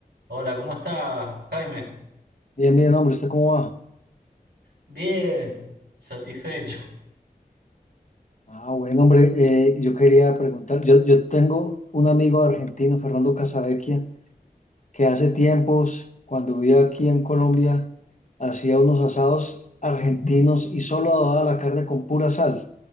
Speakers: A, on the right; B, on the left.
A: Hola, ¿cómo estás, Jaime?
B: Bien, bien, hombre, ¿usted cómo va?
A: Bien, satisfecho.
B: Ah, bueno, hombre, eh, yo quería preguntar, yo, yo tengo un amigo argentino, Fernando Casavecchia, que hace tiempos, cuando vivía aquí en Colombia, hacía unos asados argentinos y solo daba la carne con pura sal.